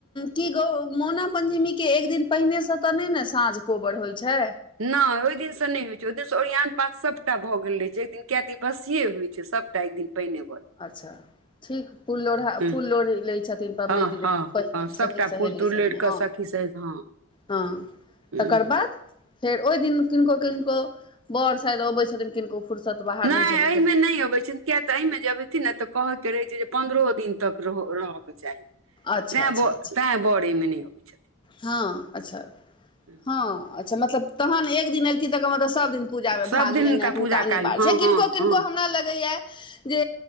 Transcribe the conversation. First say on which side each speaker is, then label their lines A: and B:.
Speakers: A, on the left; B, on the right.
A: कि गौ मौना पञ्चमीके एक दिन पहिने सँ तऽ नहि ने साँझ कोबर होइ छै।
B: नहि ओहि दिनसँ नहि होइत छै ओहि दिनसँ ओरियन पात सभटा भऽ गेल रहै छै एक दिन किया तऽ ई बसियए होइत छै सभ कत एक दिन पहिने
A: अच्छा ठीक फूल लोढ़ा
B: हूँ
A: फूल लोढ़ी लै छथिन। तीन पबनैतिन
B: हँ हँ
A: नहि देख पहिने
B: हँ सभटा
A: सखी सहेली
B: फूल तूल
A: संगे
B: लोढ़ि कऽ
A: ह
B: सखी सहित हँ
A: ह
B: हूँ
A: तकर बाद फेर ओइ दिन किनको किनको वर शायद अबै छथिन किनको फुर्सत बाहर
B: नै
A: रहै छथिन
B: अइमे
A: तऽ
B: नै अबै छै किया एहिमे जबथिन ने तऽ कहे के रहे छै जे पन्द्रहो दिन तक रहय के चाही
A: अच्छा
B: तै
A: अच्छा
B: ब
A: अच्छा
B: तै वरेमे नहि अबै छथि
A: हँ, अच्छा
B: हूँ
A: हँ अच्छा मतलब तहन एक दिन एलखिन तऽ मतलब सभ दिन पूजामे
B: सभ
A: भाग
B: दिन
A: लेनाइ हुनका
B: पूजा
A: अनिवार्य
B: कालमे हँ
A: छै, किनको
B: हँ हँ
A: किनको हमरा लगैय जे